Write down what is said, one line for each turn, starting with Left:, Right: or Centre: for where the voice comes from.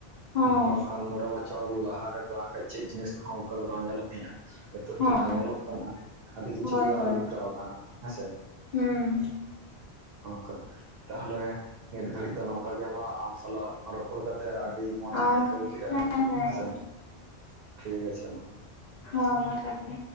Left: ᱦᱚᱸ
Right: ᱵᱟᱝᱠᱷᱟᱱ ᱢᱚᱬᱮ ᱵᱚᱪᱷᱚᱨ ᱞᱟᱦᱟ ᱨᱮᱫᱚ ᱦᱟᱸᱠᱷᱟᱡ ᱪᱮᱜ ᱡᱤᱱᱤᱥ ᱠᱚᱦᱚᱸ ᱚᱝᱠᱟ ᱫᱚ ᱵᱟᱝ ᱧᱮᱞᱚᱜ ᱛᱟᱦᱮᱸᱜᱼᱟ᱾ ᱱᱤᱛᱚᱜ
Left: ᱦᱚᱸ
Right: ᱡᱟᱦᱟᱸ ᱧᱮᱞᱚᱜ ᱠᱟᱱᱟ, ᱟᱹᱰᱤ ᱠᱤᱪᱷᱩ
Left: ᱦᱳᱭ
Right: ᱜᱮ
Left: ᱦᱳᱭ
Right: ᱟᱹᱨᱩ ᱯᱷᱮᱨᱟᱣ ᱟᱠᱟᱱᱟ ᱦᱮᱸᱥᱮ᱾
Left: ᱦᱩᱸ
Right: ᱚᱱᱮ ᱚᱝᱠᱟ, ᱛᱟᱦᱞᱮ ᱱᱤᱛ ᱜᱷᱟᱹᱲᱤᱡ ᱫᱚ ᱱᱚᱝᱠᱟ ᱜᱮ ᱢᱟ ᱟᱢ ᱥᱟᱞᱟᱜ ᱨᱚᱯᱚᱲ ᱠᱟᱛᱮᱜ ᱟᱹᱰᱤ ᱢᱚᱸᱡᱽ ᱤᱧ
Left: ᱚ
Right: ᱟᱹᱭᱠᱟᱹᱣ ᱠᱮᱜᱼᱟ
Left: ᱦᱮᱸ ᱦᱮᱸ
Right: ᱦᱮᱸᱥᱮ, ᱴᱷᱤᱠ ᱟᱪᱷᱮ ᱢᱟ᱾
Left: ᱦᱚᱸ ᱢᱟ ᱛᱟᱦᱚᱞᱮ᱾